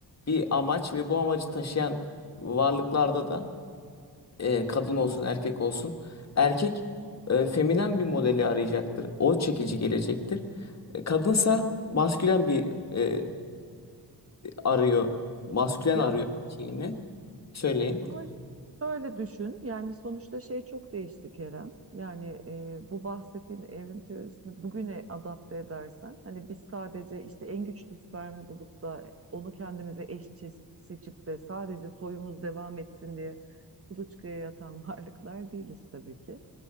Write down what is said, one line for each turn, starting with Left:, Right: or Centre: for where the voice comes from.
Left: bir amaç ve bu amacı taşıyan varlıklarda da e, kadın olsun erkek olsun erkek e, feminen bir modeli arayacaktır. O çekici gelecektir. E, kadınsa maskülen bir e, arıyor. Maskülen
Right: Ya
Left: arıyor erkeğini. Söyleyin.
Right: Ama şöyle düşün, yani sonuçta şey çok değişti Kerem. Yani e, bu bahsettiğin evrim teorisini bugüne adapte edersen, hani biz sadece işte en güçlü spermi bulup da onu kendimize eşçi seçip de sadece soyumuz devam etsin diye kuluçkaya yatan <laughs> varlıklar değiliz tabii ki.